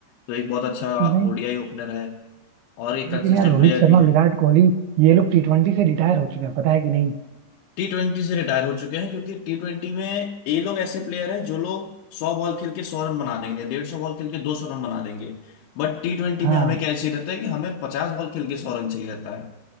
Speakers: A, on the left; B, on the right.
A: तो एक बहुत अच्छा
B: नहीं
A: ओडीआई ओपनर है और एक
B: लेकिन
A: कंसिस्टेंट
B: यार रोहित
A: प्लेयर
B: शर्मा
A: भी है
B: विराट कोहली ये लोग टी ट्वेंटी से रिटायर हो चुके हैं पता है कि नहीं
A: टी ट्वेंटी से रिटायर हो चुके हैं क्योंकि टी ट्वेंटी में ये लोग ऐसे प्लेयर हैं जो लोग सौ बॉल खेल के सौ रन बना देंगे डेढ़ सौ बॉल खेल के दो सौ रन बना देंगे बट टी ट्वेंटी
B: हाँ
A: में हमें क्या चाहिए रहता है कि हमें पचास बॉल खेल के सौ रन चाहिए रहता है